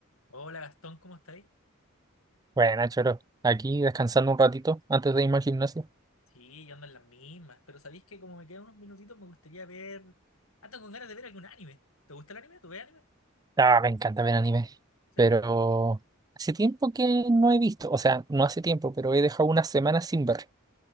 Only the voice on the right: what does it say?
Bueno, Choro, aquí descansando un ratito antes de irme al gimnasio.
Ah, me encanta ver anime,
pero hace tiempo que no he visto, o sea, no hace tiempo, pero he dejado unas semanas sin ver.